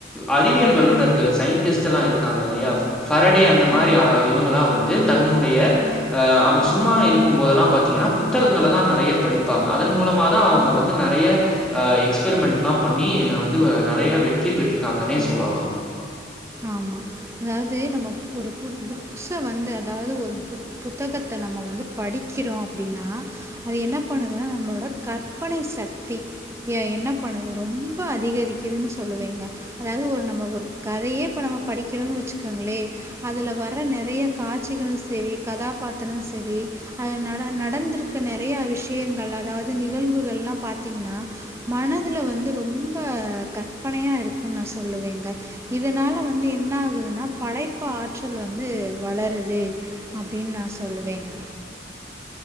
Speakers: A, in the centre; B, on the right.
A: அறிவியல் வல்லுநர்கள் சயின்டிஸ்ட் எல்லா இருக்காங்க இல்லயா ஃபாரடே அந்த மாரி
B: ஆமாம்
A: ஆ இவங் கல்லா வந்து தன்னுடைய ஆ அவுங்க சும்மா இருக்கும்போதெல்லா பாத்தீங்கன்னா புத்தகங்களதா நெறைய படிப்பாங்க அதன் மூலமாதா அவங்க வந்து நெறைய ஆ எக்ஸ்பிரிமெண்ட்லா பண்ணி நா வந்து நெறைய வெற்றி பெற்றிருக்காங்கன்னே சொல்லலா.
B: ஆமா அதாவது நம்ம ஒரு பு புக்ஸ வந்து அதாவது ஒரு பு புத்தகத்த நம்ம வந்து படிக்கிறோ அப்டின்னா அது என்ன பண்ணுதுன்னா நம்மளோட கற்பனை சக்தி எ என்ன பண்ணுது ரொம்ப அதிகரிக்குதுன்னு சொல்லுவீங்க அதாவது ஒரு நம்ம ஒரு கதையே இப்ப நம்ம படிக்கிறோன்னு வச்சுக்கோங்களே அதுல வர நெறைய காட்சிகள் சரி கதாபாத்திரோ சரி அது நட நடந்திருக்க நெறையா விஷயங்கள் அதாவது நிகழ்வுகள்லா பாத்தீங்கன்னா மனதுல வந்து ரொம்ப கற்பனையா இருக்குன்னு நா சொல்லுவேங்க இதனால வந்து என்ன ஆகுதுன்னா படைப்பு ஆற்றல் வந்து வளருது அப்டின்னு நான் சொல்லுவேங்க